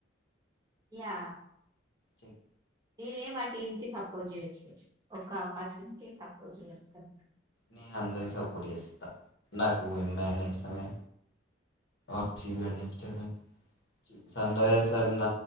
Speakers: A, on the right; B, on the left.
A: య్యా
B: చెక్.
A: నేనే మా టీంకి సపోర్ పోర్ట్ చేయటలే ఒక పర్సన్ కి సపోర్ట్ చేస్తాను
B: నేను అందరికి సపోర్ట్ చేస్తా నక్ ఉమెన్ ఇష్టమే ఆర్ సి బి ఇష్టమే సన్ రైసెస్ అన్న